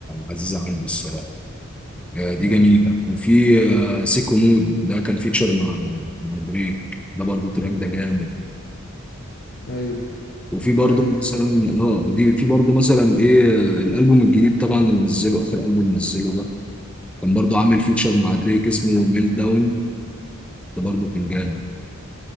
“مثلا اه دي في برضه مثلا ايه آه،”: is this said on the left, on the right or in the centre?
Centre